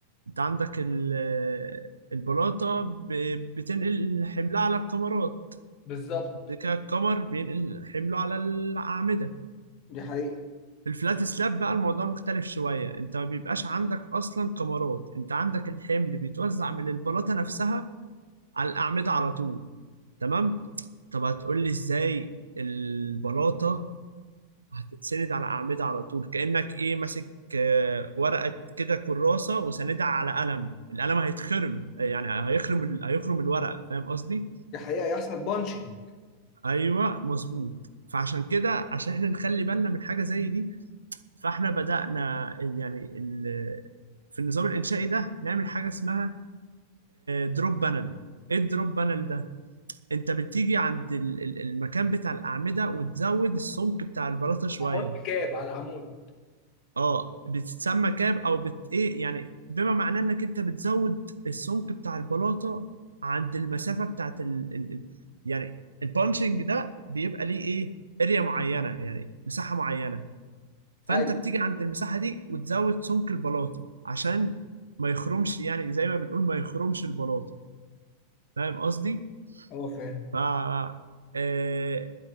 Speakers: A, on the right; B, on the left.
A: انت عندك ال- آه، البلاطه ب- بتنقل حملها على الكمرات
B: بالظبط
A: بعد كده الكمر بينقل حمله على الاعمده
B: دي حقيقة
A: في الفلات سلاب بقى الموضوع مختلف شويه انت ما بيبقاش عندك اصلا كمرات انت عندك الحمل بيتوزع من البلاطه نفسها على الاعمده على طول تمام طب هتقول لي ازاي البلاطه هتتسند على أعمدة على طول كأنك إيه ماسك آه، ورقة كده كراسة وساندها على قلم القلم هيتخرم يعني هيخرم ال- هيخرم الورقة فاهم قصدي؟
B: دي حقيقة يحصل بانشنج
A: أيوه مظبوط فعشان كده عشان احنا نخلي بالنا من حاجة زي دي فاحنا بدأنا يعني ال- في النظام الإنشائي ده نعمل حاجة اسمها دروب بانل ايه الدروب بانل ده انت بتيجي عند ال- ال- المكان بتاع الأعمدة وتزود السمك بتاع البلاطة شوية
B: احط كاب على العمود
A: اه بتتسمى كاب او بت ايه يعني بما معناه انك انت بتزود السمك بتاع البلاطه عند المسافه بتاعت ال... ال... ال- يعني البانشنج ده بيبقى ليه ايه اريا معينه يعني مساحه معينه فانت
B: ايوه
A: بتيجي عند المساحه دي وتزود سمك البلاطه عشان ما يخرمش يعني زي ما بنقول ما يخرمش البلاطه فاهم قصدي
B: اه فاهم
A: ف آه...